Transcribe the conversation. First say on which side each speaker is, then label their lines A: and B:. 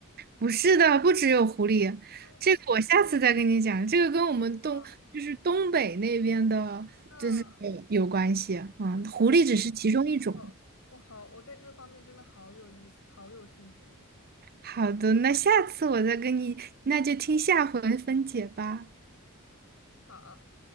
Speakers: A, on the right; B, on the left.
A: 不是的，不只有狐狸，
B: 嗯，
A: 这个我下次再跟你讲。这个跟我们东就是东北那边的
B: 好，那
A: 呃有关系啊，嗯狐狸只是其中一种。
B: 我我好，我对这方面真的好有意思，好有兴趣。
A: 好的，那下次我再跟你，那就听下回分解吧。
B: 好。